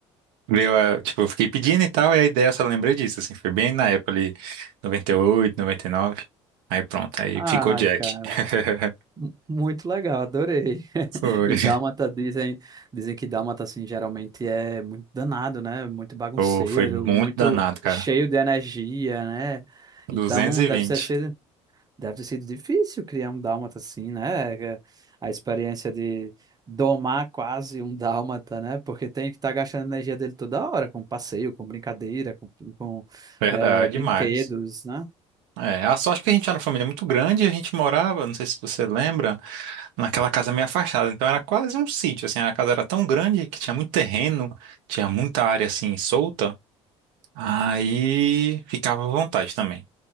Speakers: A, on the right (about 70°); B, on the right (about 25°).
A: Veio a, tipo, eu fiquei pedindo e tal, e a ideia eu só lembrei disso, assim, foi bem na época ali, noventa noventa e oito noventa e nove Aí pronto, aí
B: Ai,
A: ficou Jack.
B: cara,
A: <laughs>
B: mu- muito legal, adorei. <laughs>
A: Foi.
B: E dálmata dizem, dizem que dálmata assim geralmente é muito danado, né? Muito bagunceiro,
A: Pô, Foi muito
B: muito
A: danado, cara.
B: cheio de energia, né? Então
A: duzentos e
B: deve
A: vinte
B: ser esse, Deve ter sido difícil criar um dálmata assim, né? É, A experiência de domar quase um <laughs> dálmata, né? Porque tem que estar gastando a energia dele toda hora, com passeio, com brincadeira, com, com,
A: Verdade,
B: é, brinquedos,
A: demais.
B: né?
A: É, a sorte que a gente era uma família muito grande, e a gente morava, não sei se você lembra, naquela casa meio afastada. Então era quase um sítio, assim, a casa era tão grande que tinha muito terreno, tinha muita área assim solta. Aí ficava à vontade também.